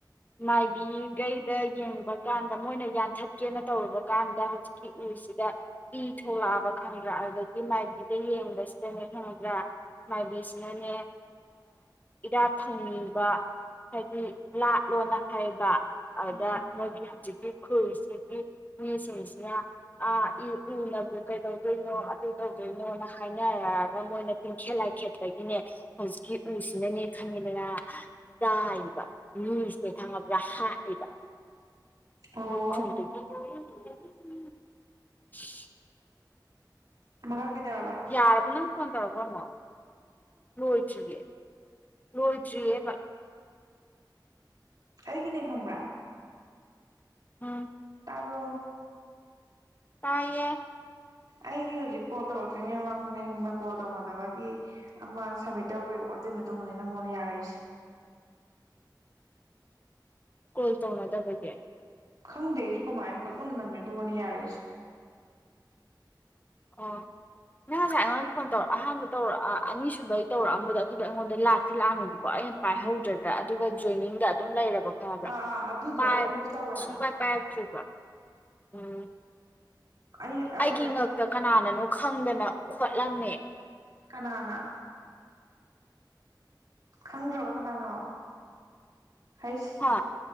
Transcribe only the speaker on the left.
ꯃꯥꯏꯕꯤꯈꯩꯗ ꯌꯦꯡꯕ ꯀꯥꯟꯗ ꯃꯣꯏꯅ ꯌꯥꯟꯊꯠꯀꯦꯅ ꯇꯧꯔꯨꯕꯀꯥꯟꯗ ꯍꯧꯖꯤꯛ ꯎ ꯁꯤꯒ ꯏ ꯊꯣꯛꯂꯛꯑꯕ ꯈꯪꯕ꯭ꯔꯥ ꯍꯥꯏ ꯒꯤ ꯃꯥꯏꯕꯤꯗ ꯌꯦꯡꯕꯁꯤ ꯅꯤ ꯈꯪꯕ꯭ꯔꯥ ꯃꯥꯏꯚꯁꯅꯨꯅꯦ ꯏꯔꯥꯠ ꯊꯣꯡꯅꯤꯡꯕ ꯍꯥꯏꯗꯤ ꯂꯥꯠꯂꯣꯅ ꯍꯥꯏꯕ ꯑꯗ
ꯈꯨꯜꯁꯤꯒꯤ ꯃꯤꯁꯤꯡꯁꯤꯅ ꯑ ꯎꯅꯕꯨ ꯀꯩꯇꯧꯗꯣꯏꯅꯣ ꯑꯗꯨ ꯇꯧꯗꯣꯏꯅꯣꯅ ꯍꯥꯏꯅꯔꯛꯑꯒ ꯃꯣꯏꯅ ꯇꯤꯡꯈꯦꯠ ꯂꯥꯏꯈꯦꯠꯄꯒꯤꯅꯦ ꯍꯧꯖꯤꯛꯀꯤ ꯎꯁꯤꯅꯅꯦ ꯈꯟꯉꯦꯗꯅ ꯆꯥꯏ ꯃꯤꯁꯦ ꯈꯪꯉꯕ꯭ꯔꯥ ꯍꯥꯠꯂꯤꯕ
ꯃꯈꯣꯏ ꯈꯨꯟꯗꯨꯒꯤ <unintelligible>
ꯌꯥꯔꯕ ꯅꯪ ꯐꯣꯟ ꯇꯧꯔꯕ ꯑꯃꯨꯛ ꯍꯣꯏ ꯒ ꯂꯣꯏꯗ꯭ꯔꯤꯌꯦ ꯕꯥ꯫
ꯎꯝ
ꯇꯥꯏꯌꯦ
ꯀꯣꯜ ꯇꯧꯅꯗꯕꯒꯤ
ꯑꯣ ꯅꯪ ꯉꯁꯥꯏ ꯑꯩꯉꯣꯟꯗ ꯐꯣꯟ ꯇꯧꯔꯛ ꯑꯍꯥꯟꯕ ꯇꯧꯔꯛ ꯑꯅꯤꯁꯨꯕꯩ ꯇꯧꯔꯛꯑꯝꯕꯗꯣ ꯑꯗꯨꯗꯣ ꯑꯩꯉꯣꯟꯗ ꯂꯥꯛꯇꯤ ꯂꯥꯛꯑꯃꯦꯕ ꯀꯣ ꯑꯩꯅ ꯄꯥꯏꯍꯧꯗ꯭ꯔꯗ
ꯗꯨꯒ ꯖꯣꯏꯅꯤꯡꯒ ꯑꯗꯨꯝ ꯂꯩꯔꯕ ꯈꯪꯉꯕꯔꯥ
ꯄꯥꯏ
ꯁꯨꯡꯄꯥꯏ ꯄꯥꯏꯛꯇ꯭ꯔꯤꯕ꯭ꯔꯣ ꯎꯝ
ꯑꯩꯒꯤ
ꯉꯛꯇ ꯀꯅꯥꯅꯅꯣ ꯈꯪꯗꯅ ꯈꯣꯠꯂꯝꯃꯦ
ꯍꯥ